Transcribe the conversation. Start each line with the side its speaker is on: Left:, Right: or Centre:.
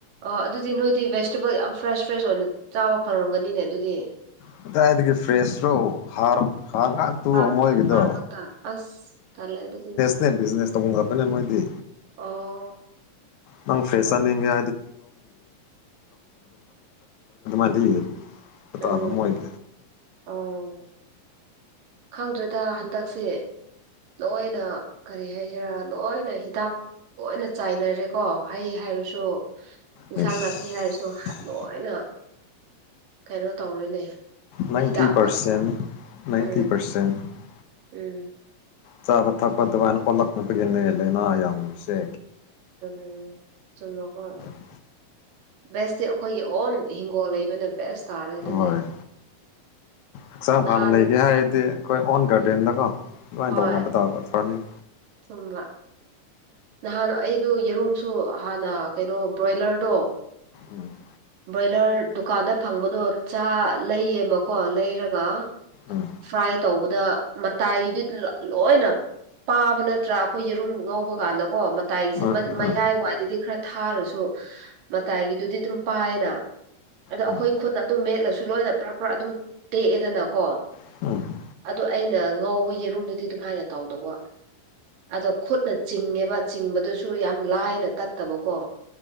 Right: ꯑ ꯑꯗꯨꯗꯤ ꯅꯣꯏꯗꯤ ꯚꯦꯖꯤꯇꯦꯕꯜ ꯌꯥꯝ ꯐ꯭ꯔꯦꯁ ꯐ꯭ꯔꯦꯁ ꯑꯣꯏꯅ ꯆꯥꯕ ꯐꯪꯔꯝꯒꯅꯤꯅꯦ ꯑꯗꯨꯗꯤ
Left: ꯑꯗꯨꯗꯥꯏꯗꯒꯤ ꯐ꯭ꯔꯦꯁ꯭ꯔꯣ ꯍꯥꯥꯡ ꯍꯥꯡꯉꯥꯛꯇꯨ
Right: ꯍꯥꯔ
Left: ꯃꯣꯏꯒꯤꯗꯣ
Right: ꯍꯥꯔ ꯉꯥꯛꯇ ꯑꯁ ꯇꯥꯟꯂꯦ ꯑꯗꯨꯗꯤ
Left: ꯕꯤꯅꯦꯁ ꯇꯧꯕ ꯉꯛꯇꯅꯦ ꯃꯣꯏꯗꯤ
Right: ꯑꯣ
Left: ꯅꯪ ꯐꯦꯁꯟ
Right: ꯑꯣ ꯑꯣ
Left: ꯆꯅꯤꯡꯉꯦ ꯍꯥꯏꯗꯤ
Right: ꯎꯝ
Left: <unintelligible>
Right: ꯑꯣ ꯈꯪꯗ꯭ꯔꯦꯗ ꯍꯟꯗꯛꯁꯦ ꯂꯣꯏꯅ ꯀꯔꯤ ꯍꯥꯏꯁꯤꯔꯥ ꯂꯣꯏꯅ ꯍꯤꯗꯥꯛ ꯂꯣꯏꯅ ꯆꯥꯏꯅꯔꯦꯀꯣ ꯍꯩ ꯍꯥꯏꯔꯁꯨ ꯏꯟꯁꯥꯡ
Left: ꯑꯩꯁ
Right: ꯅꯥꯄꯤ ꯍꯥꯏꯔꯁꯨ ꯂꯣꯏꯅ ꯀꯩꯅꯣ ꯇꯧꯔꯦꯅꯦ
Left: ꯅꯥꯏꯟꯇꯤ
Right: ꯍꯤꯗꯥꯛ
Left: ꯄꯥꯔꯁꯦꯟ
Right: ꯉꯥꯛꯇ ꯎꯝ
Left: <inaudible>
Right: ꯎꯝ
Left: ꯆꯥꯕ ꯊꯛꯄ ꯑꯗꯨꯃꯥꯏꯅ ꯑꯣꯜꯂꯛꯅꯕꯒꯤꯅꯦ ꯂꯥꯏꯅꯥ ꯌꯥꯝꯃꯤꯁꯦ
Right: ꯎꯝ ꯆꯨꯝꯃꯦꯀꯣ
Left: <unintelligible>
Right: ꯕꯦꯁꯇꯤ ꯑꯩꯈꯣꯏꯒꯤ ꯑꯣꯟ ꯍꯤꯡꯒꯣꯜ ꯂꯩꯕꯅ ꯕꯦꯁ ꯇꯥꯔꯦ ꯑꯗꯨꯗꯤ
Left: ꯍꯣꯏ ꯍꯛꯆꯥꯡ
Right: ꯅꯍꯥꯟ
Left: ꯐꯅ ꯂꯩꯒꯦ ꯍꯥꯏꯔꯗꯤ ꯑꯩꯈꯣꯏ ꯑꯣꯟ
Right: ꯎꯝ
Left: ꯒꯥꯔꯗꯦꯟꯗꯀꯣ ꯑꯗꯨꯃꯥꯏꯅ
Right: ꯍꯣꯏ
Left: ꯇꯧꯕ ꯇꯥꯕ ꯐꯥꯔꯃꯤꯡ
Right: <inaudible> ꯅꯍꯥꯟ ꯑꯩꯗꯨ ꯌꯦꯔꯨꯝꯁꯨ ꯍꯥꯟꯅ ꯀꯩꯅꯣ ꯕ꯭ꯔꯣꯏꯂꯔꯗꯣ
Left: ꯎꯝ
Right: ꯕ꯭ꯔꯣꯏꯂꯔ ꯗꯨꯀꯥꯟꯗ ꯐꯪꯕꯗꯣ ꯆꯥ ꯂꯩꯌꯦꯕꯀꯣ ꯂꯩꯔꯒ
Left: ꯎꯝ
Right: <inaudible> ꯇꯧꯕꯗ ꯃꯇꯥꯏꯗꯨ ꯂꯣꯏ ꯂꯣꯢꯅ ꯄꯥꯕ ꯅꯠꯇ꯭ꯔꯥ ꯑꯩꯈꯣꯏ ꯌꯦꯔꯨꯝ ꯉꯧꯕ ꯇꯧꯀꯥꯟꯗ ꯀꯣ ꯃꯇꯥꯏꯒꯤꯁꯤ
Left: ꯎꯝ
Right: ꯃꯌꯥꯏ ꯋꯥꯏꯗꯗꯤ ꯈꯔ ꯊꯥꯔꯁꯨ ꯃꯇꯥꯏꯒꯤꯗꯨꯗꯤ ꯑꯗꯨꯝ ꯄꯥꯏꯌꯦꯅ ꯑꯗꯣ ꯑꯩꯈꯣꯏ
Left: ꯎꯝ
Right: ꯈꯨꯠꯅ ꯑꯗꯨꯝ ꯃꯦꯠ ꯑꯁꯨ ꯂꯣꯏꯅ ꯄ꯭ꯥꯔꯞ ꯄ꯭ꯥꯔꯞ ꯑꯗꯨꯝ ꯇꯦꯛꯑꯦꯗꯅ ꯀꯣ
Left: <inaudible>
Right: ꯑꯗꯣ ꯑꯩꯅ ꯉꯧꯕ ꯌꯦꯔꯨꯝꯗꯨꯗꯤ ꯑꯗꯨꯝꯃꯥꯏꯅ ꯇꯧꯗꯕ ꯑꯗꯣ ꯈꯨꯠꯅ ꯆꯤꯡꯉꯦꯕ ꯆꯤꯡꯕꯗꯨꯁꯨ ꯌꯥꯝ ꯂꯥꯏꯅ ꯇꯠꯇꯕꯀꯣ